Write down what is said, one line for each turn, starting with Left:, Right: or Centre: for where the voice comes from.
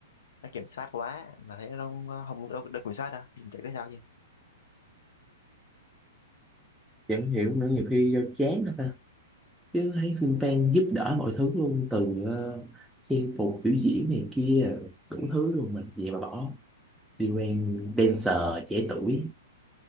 Left: nó kiểm soát quá mà thấy nó không không được, được kiểm soát đâu mình chẳng biết sao chứ
Centre: Chẳng hiểu nữa nhiều khi do chán thôi ta chứ thấy phim fan giúp đỡ mọi thứ luôn từ ờ, trang phục biểu diễn này kia đủ thứ luôn mình vậy mà bỏ đi quen dancer trẻ tuổi